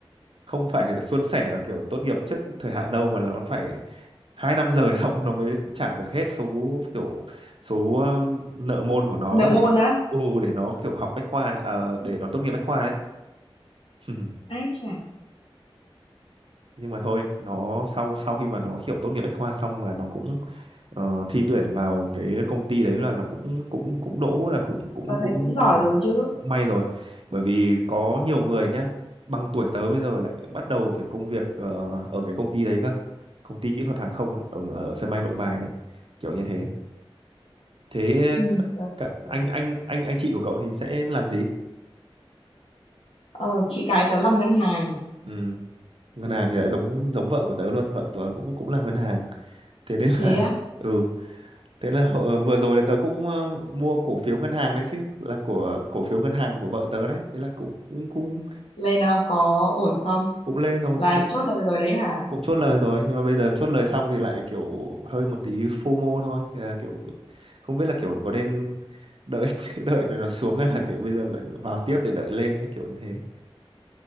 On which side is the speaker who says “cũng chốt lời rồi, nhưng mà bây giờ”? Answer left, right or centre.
Right